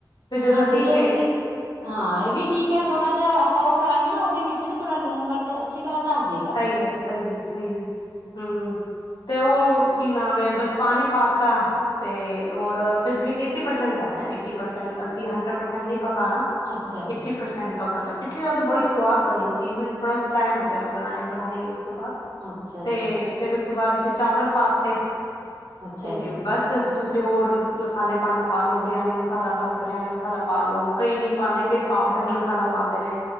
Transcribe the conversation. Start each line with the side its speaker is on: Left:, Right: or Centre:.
Left: ਫਿਰ ਜਦੋਂ
Right: ਹਾਂਜੀ
Left: ਮੈਂ ਦੇਖਿਆ
Right: ਇਹ ਵੀ ਹਾਂ ਇਹ ਵੀ ਠੀਕ ਹੈ, ਥੋੜਾ ਜਿਹਾ ਆਪਾਂ ਉਹ ਕਰਾਂਗੇ ਨਾ ਉਹਦੇ ਵਿੱਚ ਨਾ ਥੋੜਾ ਲੂਣ ਮਿਰਚ ਅੱਛੀ ਤਰਾਂ ਤਰਸ ਜਏ
Left: ਸਹੀ ਹੈ, ਸਹੀ ਹੈ-ਸਹੀ ਹੈ ਹੂ ਤੇ ਉਹ ਕੀ ਨਾਮ ਹੈ ਬਸ ਪਾਣੀ ਪਾ ਤਾ ਤੇ ਹੋਰ ਵੀ ਏਟੀ ਪਰਸੈਂਟ ਕਰਨਾ ਏਟੀ ਪਰਸੈਂਟ ਅਸੀਂ ਹੰਡਰੇਡ ਪਰਸੈਂਟ ਨੀ ਪਕਾਣਾ
Right: ਅੱਛਾ ਜੀ
Left: ਏਟੀ ਪਰਸੈਂਟ ਪਕਾਨਾ ਪਿਛਲੀ ਵਾਰ ਤਾਂ ਬੜੀ ਸਵਾਦ ਬਣੀ ਸੀ ਹੁਨ ਬਹੁਤ ਟਾਈਮ ਹੋ ਗਿਆ ਬਣਾਏ-ਬਣਾਏ ਨੀ ਉਸ ਤੋਂ ਬਾਅਦ
Right: ਅੱਛਾ
Left: ਤੇ
Right: ਜੀ
Left: ਫਿਰ ਉਸ ਤੋਂ ਬਾਅਦ ਵਿੱਚ ਚਾਵਲ ਪਾ ਤੇ
Right: ਅੱਛਾ
Left: ਤੇ
Right: ਜੀ
Left: ਬਸ ਤੁਸੀਂ ਹੋਰ ਮਸਾਲੇ ਪਾਣੇ ਪਾਲੋ। ਬਰਿਆਨੀ ਮਸਾਲਾ ਪਾਣਾ ਬਰਿਆਨੀ ਮਸਾਲਾ ਪਾ ਲੋ ਕਈ ਨਹੀਂ ਪਾਉਂਦੇ, ਕਈ ਪਾਓ ਭਾਜੀ ਮਸਾਲਾ ਪਾਉਂਦੇ ਨੇ,